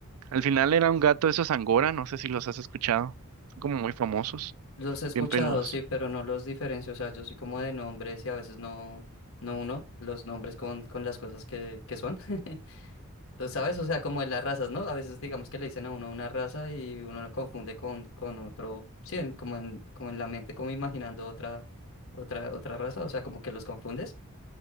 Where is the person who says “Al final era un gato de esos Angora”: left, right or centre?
Right